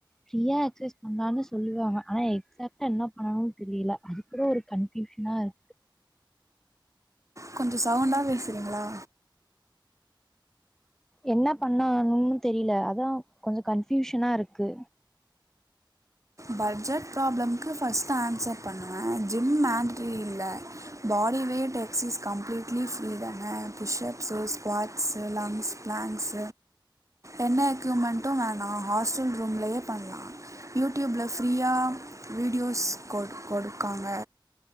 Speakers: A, in the centre; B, on the right.
A: ஃப்ரியா எக்சைஸ் பண்ணலானு சொல்லுவாங்க எக்ஸாக்டா என்ன பண்ணனும்னு தெரில அதுவே ஒரு கன்ஃப்யூஷனா இருக்கு
B: கொஞ்ச சவுண்டா பேசுறீங்களா
A: என்ன பண்ணாணுன்னு தெரில அதா கொஞ்ச கன்ஃபியூஷனா இருக்கு
B: பட்ஜெட் ப்ராப்ளம்க்கு ஃபர்ஸ்ட் ஆன்சர் பண்ணுவ ஜிம் மாண்டேட்டரி இல்ல body weight exercise completely free தான push ups squats lunges planks என்ன எக்யூப்மெண்ட்டு வேன் நா ஹாஸ்டல் ரூம்லயே பண்லா யூ டியூப்ல ஃப்ரீயா வீடியோஸ் கொட் கொடுக்காங்க